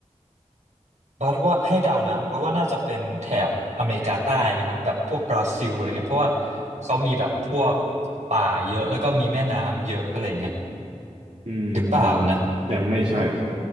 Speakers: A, on the right; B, on the right.
A: บัดว่าให้เดานะบัดว่าน่าจะเป็นแถบอเมริกาใต้ไหมครับแบบพวกบราซิลอะไรเงี้ยเพราะว่าเขามีแบบพวกป่าเยอะแล้วก็มีแม่น้ำเยอะอะไรเงี้ย
B: อืม
A: หรือเปล่านะ
B: ยังไม่ใช่ครับ